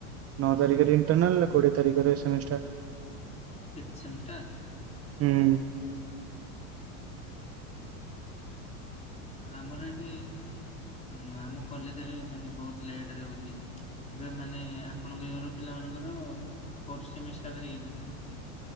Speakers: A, on the right (about 35°); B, on the left (about 15°).
A: ନଅ ତାରିଖରେ ଇଣ୍ଟରନାଲ୍
B: କଣ ପାଇଁ
A: କୋଡିଏ ତିଖରେ ସେମିଷ୍ଟାର୍।
B: Fifth semester?
A: ହୁଁ।
B: ଆମର ଏଇଠି, ହୁଁ ଆମ କଲେଜରେ ମାନେ ବହୁତ ଲେଟରେ ହଉଛି। ଏବେ ମାନେ ଆପଣଙ୍କ ଇୟର ପିଲା ମାନଙ୍କର ଫୋର୍ଥ ସେମିଷ୍ଟାର ହେଇନି?